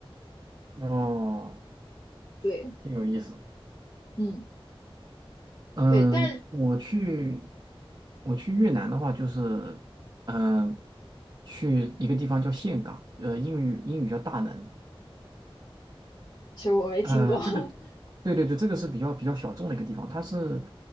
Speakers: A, on the right; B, on the left.
A: 哦，
B: 对，
A: 挺有意思。
B: 嗯，
A: 嗯，
B: 对，但
A: 我去我去越南的话，就是嗯，去一个地方叫岘港，呃，英语英语叫大能，
B: 其实我没听过，
A: 呃，
B: <laughs>
A: 这个，对对对，这个是比较比较小众的一个地方，它是